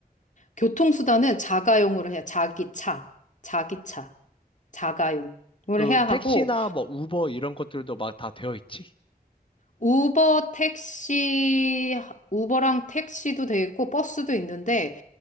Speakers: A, on the left; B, on the left.
A: 교통수단은 자가용으로 해야 자기 차. 자기 차. 자가용을
B: 그
A: 해야
B: 택시나
A: 하고
B: 뭐 우버 이런 것들도 막 다 되어 있지?
A: 우버 택시, 우버랑 택시도 돼 있고 버스도 있는데